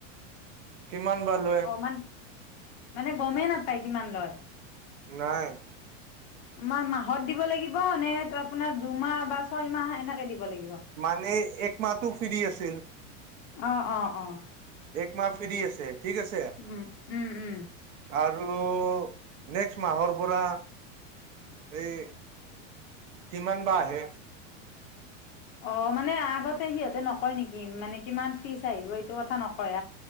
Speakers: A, on the right (about 75°); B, on the left (about 25°).
A: কিমান বা
B: অ'
A: লয়
B: অমান মানে গমেই নাপায় কিমান লয়।
A: নাই।
B: মাৰ মাহত দিব লাগিব নে আপোনাৰ দুমাহ বা ছয় মাহ এনেকে দিব। লাগিব?
A: মানে একমাহতো ফ্ৰী আছিল।
B: অ' অ' অ'।
A: এক মাহ ফ্ৰী আছে, ঠিক আছে
B: উম, উম।
A: আৰু নেক্সট মাহৰ পৰা এই কিমান বা আহে।
B: অ' মানে আগতে সিহঁতে নকয় নেকি? মানে কিমান ফ্ৰীচ আহিব এইটো কথা নকয়।